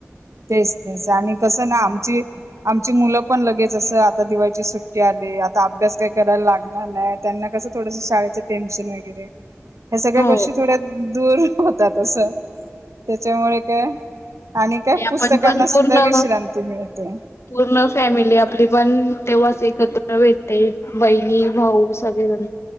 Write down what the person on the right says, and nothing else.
तेच तेच आणि कसं ना, आमची आमची मुलं पण लगेच असं आता दिवाळीची सुट्टी आले आता अभ्यास काय करायला लागणार नाही. त्यांना कसं थोडस शाळेचं टेनशन वगैरे ह्या सगळ्या
गोष्टी थोड्या दूर होतात तस त्याच्यामुळे काय आणि काय? पुस्तकांना
सुद्धा विश्रांती मिळते